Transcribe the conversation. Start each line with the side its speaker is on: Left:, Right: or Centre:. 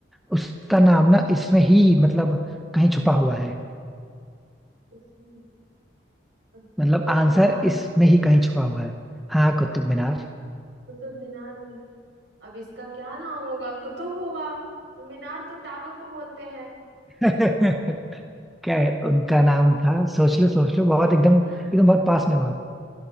Centre: उसका नाम ना इसमें ही मतलब कहीं छुपा हुआ है
Right: इसमें अ,
Centre: मतलब
Right: कुतुब
Centre: आंसर
Right: मीनार
Centre: इसमें ही कहीं छुपा हुआ है हाँ कुतुब मीनार
Right: कुतुब मीनार में अब इसका क्या नाम होगा कुतुब होगा मीनार तो टावर को बोलते हैं
Centre: <laughs> क्या है उनका नाम था सोच लो सोच लो बहुत एकदम
Right: <laughs>
Centre: एकदम बहुत पास में हो आप